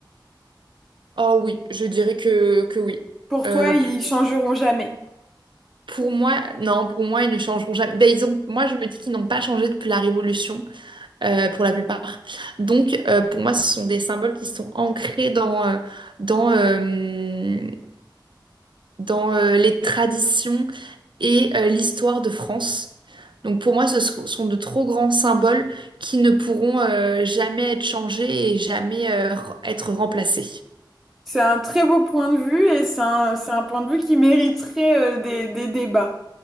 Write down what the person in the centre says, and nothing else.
Pour
toi, ils
changeront jamais.
C'est un très beau point de vue et c'est un, c'est un point de vue qui mériterait euh, des, des débats.